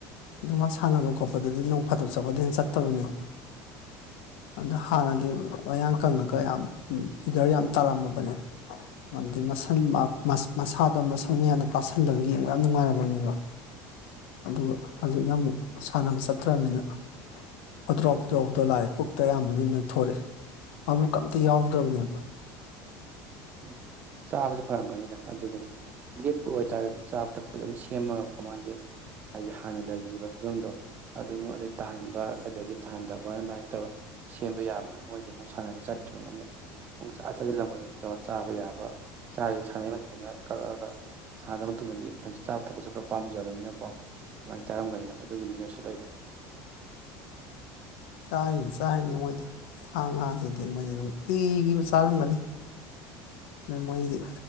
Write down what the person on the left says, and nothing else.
ꯑꯗꯣ ꯃꯥ ꯁꯥꯟꯅꯕ ꯈꯣꯠꯄꯗꯗꯤ ꯅꯣꯡ ꯐꯥꯗꯣꯛ ꯆꯠꯄꯗꯩ ꯍꯦꯟ ꯆꯠꯇꯕꯅꯦꯕ ꯑꯗ ꯍꯥꯟꯅꯗꯤ ꯃꯌꯥꯡ ꯀꯪꯉꯒ ꯌꯥꯝ ꯐꯤꯒ꯭ꯔ ꯌꯥꯝ ꯇꯥꯔꯝꯃꯕꯅꯦ ꯃꯥꯗꯤ ꯃꯁꯝ ꯃ ꯃꯥꯁ ꯃꯁꯥꯠ ꯑꯗꯣ ꯃꯁꯝ ꯃꯌꯥꯝꯅ ꯇꯥꯁꯜꯂꯒ ꯌꯦꯡꯕ ꯌꯥꯝ ꯅꯨꯡꯉꯥꯏꯔꯝꯃꯅꯤꯕ ꯑꯗꯨꯒ ꯍꯧꯖꯤꯛꯅ ꯑꯃꯨꯛ ꯁꯥꯟꯅꯕ ꯆꯠꯇ꯭ꯔꯝꯅꯤꯅ ꯐꯣꯗ꯭ꯔꯣ ꯐꯣꯗ꯭ꯔꯣ ꯐꯣꯗꯣ ꯂꯥꯛꯑꯦ ꯄꯨꯛꯇ ꯑꯌꯥꯝꯕꯅ ꯅꯣꯏꯊꯣꯔꯑꯦ ꯃꯕꯨꯛꯀ ꯑꯝꯇ ꯌꯥꯎꯗ꯭ꯔꯕꯅꯦꯕ
ꯆꯥꯔꯤꯅꯤ ꯆꯥꯔꯤꯅꯤ ꯃꯣꯏꯗꯤ ꯁꯥ ꯉꯥꯖꯤꯗꯤ ꯃꯣꯏꯗꯤ ꯅꯨꯡꯇꯤꯒꯤꯕꯨ ꯆꯥꯔꯝꯒꯅꯤ ꯅꯪ ꯃꯣꯏꯒꯤ